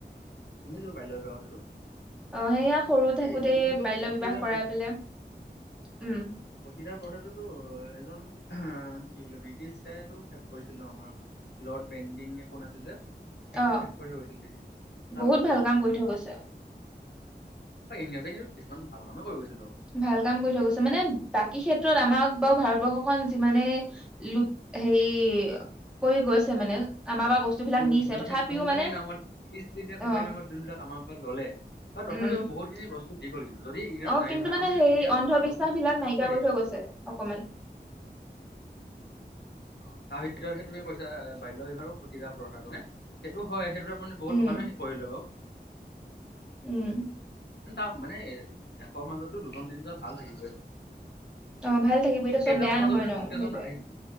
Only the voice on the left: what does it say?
শুনিছো বাল্য বিবাহ কথাটো।
এ এইটো যোনটো,
সতি
প্ৰ
সতৰা প্ৰথাদটোতো এজন উ কি বুলে ব্ৰিটিছে টো শেষ কৰিছিল ন আমাৰ লৰ্ড বেণ্ডিং কোন আছিল যে? এখেতেও
শেষ কৰে গৈছিল তেজয়া।
হয় ইংৰাজ এ কিন্তু কিছুমান ভাল কামো কৰি গৈছে
কোম
মানে
কোম্পানীৰ
নামত ইষ্ট ইণ্ডিয়া
কোম্পানীৰ নামত যোনবিলাক আমাৰ পৰা ললে তথাপিও
বহুতখিনি বস্তু কিছু দি গল কিন্তু যদি ইংৰাজ
নাহিল
হয়
আমি
এতিয়া
ভাৰতবৰ্ষত বহুত
পিছ
পৰি থাকিলো
হয়।
অ তাৰ ভিতৰতহে তুমি কৈছা বাল্য বিবাহ আৰু সতি দাহ প্ৰথাটো নে সেইটো হয় সেইটো মানে বহুত
ভালকামে কৰিলে বাও
তাৰ মানে এশৰ মাজতো দুজন তিনিজন ভাল থাকিবই
সেইবিলাকৰ
মাজত
মানে
যোন কেইজন
আহিছিল